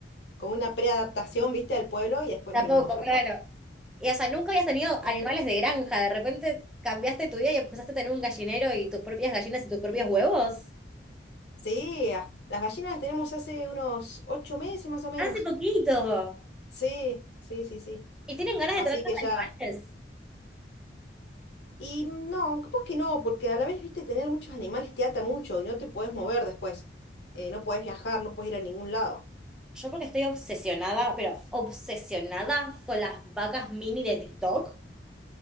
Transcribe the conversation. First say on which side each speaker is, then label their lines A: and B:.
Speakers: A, on the left (about 65°); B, in the centre.
A: como una preadaptación, ¿viste? Al pueblo y después
B: Tampoco,
A: nos vinimos ya
B: claro.
A: al pueblo.
B: Y o sea, nunca habías tenido
A: Sí.
B: animales de granja, de repente cambiaste tu vida y empezaste a tener un gallinero y tus propias gallinas y tus propios huevos.
A: Sí, a- las gallinas las tenemos hace unos ocho meses más o menos.
B: Hace poquito.
A: Sí, sí, sí, sí.
B: ¿Y tienen ganas
A: Así
B: de tener los
A: que ya.
B: animales?
A: Y no, capaz que no, porque a la vez, ¿viste? Tener muchos animales te ata mucho y no te podés mover después. Eh, no podés viajar, no podés ir a ningún lado.
B: Yo porque estoy obsesionada, pero obsesionada con las vacas mini de TikTok.